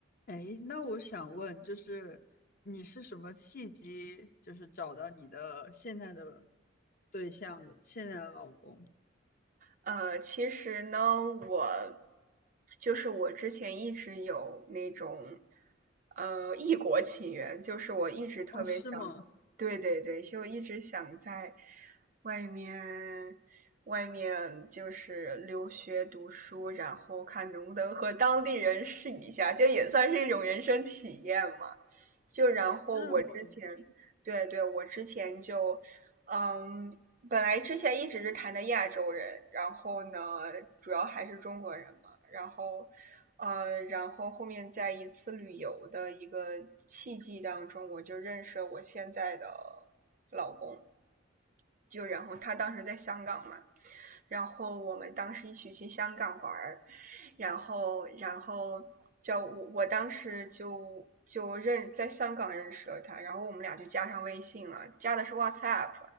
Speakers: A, on the left (about 45°); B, on the right (about 40°).
A: 哎，那我想问，就是你是什么契机，就是找到你的现在的对象的，现在的老公？
B: 呃，其实呢，我就是我之前一直有那种呃异国情缘，就是我一直特别想，
A: 哦，是吗？
B: 对对对，就一直想在外面外面就是留学读书，然后看能不能和当地人试一下，就也算是一种人生体验嘛。就然后我之前，
A: 是吗？
B: 对对，我之前就，嗯，本来之前一直是谈的亚洲人，然后呢，主要还是中国人嘛，然后，呃，然后后面在一次旅游的一个契机当中，我就认识了我现在的老公，就然后他当时在香港嘛，然后我们当时一起去香港玩儿，然后然后叫我我当时就就认在香港认识了他，然后我们俩就加上微信了，加的是 WhatsApp，